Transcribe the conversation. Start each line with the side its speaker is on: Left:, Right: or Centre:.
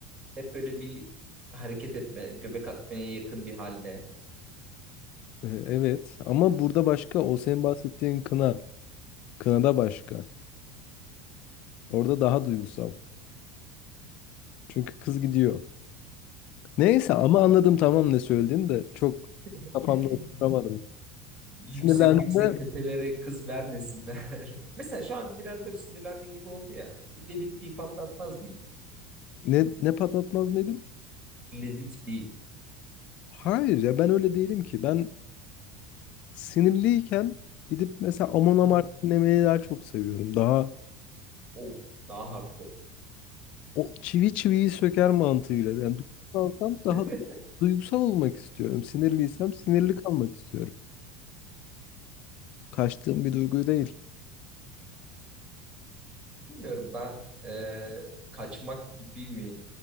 Right: Hep böyle bir hareket etme, göbek atmaya yakın bir halde.
Left: E, evet ama burada başka o senin bahsettiğin kına. Kınada başka. Orada daha duygusal. Çünkü kız gidiyor. Neyse ama anladım tamam ne söylediğini de çok
Right: <laughs>
Left: kafamda oturtamadım.
Right: yüksek
Left: Sinirlendiğimde
Right: yüksek tepelere kız vermesinler. <laughs> Mesela şu an biraz böyle sinirlendiğin gibi oldu ya. Ledit bir patlatmaz mı?
Left: ne, ne patlatmaz mıydım?
Right: Ledit bir.
Left: Hayır ya ben öyle değilim ki. Ben Sinirliyken gidip mesela Amon Amarth
Right: Hı hı.
Left: dinlemeyi daha çok seviyorum. Daha
Right: O daha hardcore.
Left: o çivi çiviyi söker mantığıyla. Yani duygusalsam daha
Right: <laughs>
Left: duygusal olmak istiyorum. Sinirliysem sinirli kalmak istiyorum. Kaçtığım bir duygu değil.
Right: Bilmiyorum ben e, kaçmak gibi mi?